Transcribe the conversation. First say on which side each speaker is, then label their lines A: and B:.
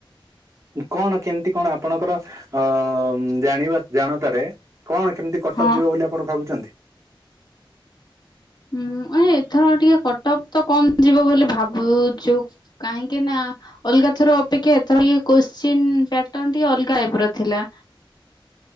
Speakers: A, on the right; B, on the left.
A: କଣ କେମିତି କଣ ଆପଣଙ୍କର ଅ ଜାଣିବା ଜାଣତାରେ? କଣ କେମିତି କଟ
B: ହଁ।
A: ଅପ୍ ଯିବ ବୋଲି ଆପଣ ଭାବୁଚନ୍ତି?
B: ହୁଁ ଏ ଏଥର ଟିକେ କଟ ଅପ୍ ତ କମ ଯିବ ବୋଲି ଭାବୁଛୁ କାହିଁକି ନା ଅଲଗା ଥର ଅପେକ୍ଷା ଏଥର ଟିକେ <unintelligible> ଟିକେ ଅଲଗା <unintelligible> ର ଥିଲା।
A: ଁ